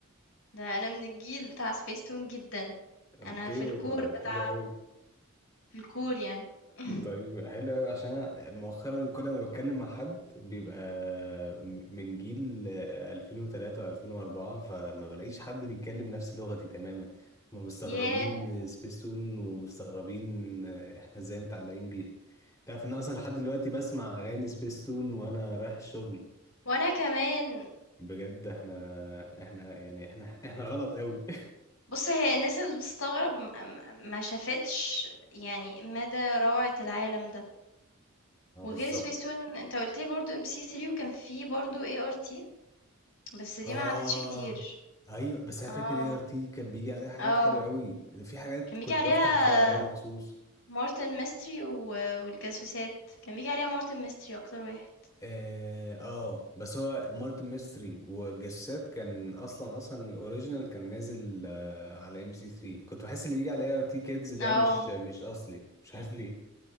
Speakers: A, on the left; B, on the left.
A: ده انا من الجيل بتاع سبيس تون جدا
B: اوكي
A: انا في الكور
B: طب
A: بتاع
B: حلو أوي
A: في الكور يعني <laughs>
B: طيب حلو قوي عشان أنا مؤخرا كل ما بتكلم مع حد بيبقى م- من جيل آه، 2003 و2004 فما بلاقيش حد بيتكلم نفس لغتي تماما هما مستغربين
A: ياه
B: سبيستون ومستغربين آه، احنا ازاي متعلقين بيها تعرف ان أنا اصلا لحد دلوقتي بسمع اغاني سبيستون وانا رايح شغل
A: وانا كمان
B: بجد احنا احنا يعني احنا احنا غلط قوي
A: بص هي الناس اللي بتستغرب م- م- ما شافتش يعني مدى روعة العالم ده
B: <laughs> اه
A: وغير
B: بالظبط
A: سبيس تون انت قلت لي برضو ام سي 3 وكان في برضو اي ار تي بس دي
B: اه
A: ما عدتش كتير
B: ايوه بس
A: اه
B: انا فاكر اي ار تي كان بيجي عليها حاجات
A: اه
B: حلوه قوي في حاجات
A: كان
B: كنت
A: بيجي عليها
B: بفتح اتفرج عليها مخصوص
A: مارتن ميستري و... والجاسوسات كان بيجي عليها مارتن ميستري اكتر واحد
B: اه, آه بس هو مارتن ميستري والجسات كان اصلا اصلا الاوريجينال كان نازل آه على ام سي 3 كنت بحس اللي بيجي على اي ار تي كيدز ده
A: اه
B: مش مش اصلي مش عارف ليه